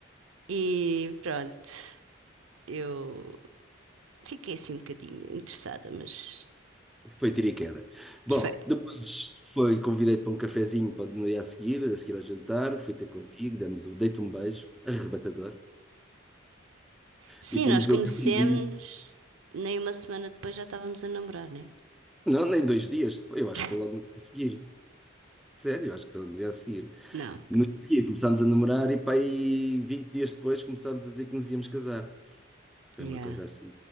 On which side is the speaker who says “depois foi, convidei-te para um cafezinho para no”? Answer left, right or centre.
Centre